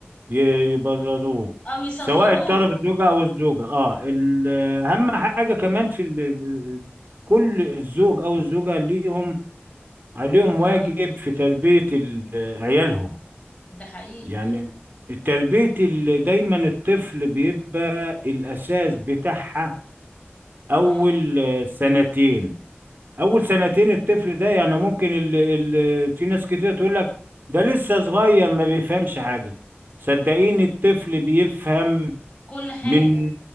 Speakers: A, on the right; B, on the left.
A: ي- يبرروه
B: او يصغروه
A: سواء الطرف الزوجة أو الزوجة اه ال- أهم حاجة كمان في ال- كل الزوج أو الزوجة ليهم عليهم
B: اه
A: واجب في تربية ال- عيالهم
B: ده حقيقي
A: يعني التربية اللي دايما الطفل بيبقى الأساس بتاعها أول
B: اه
A: سنتين أول سنتين الطفل ده يعني ممكن ال ال في ناس كتير تقول لك ده لسه صغير ما بيفهمش حاجة صدقيني الطفل بيفهم
B: كل حاجة
A: من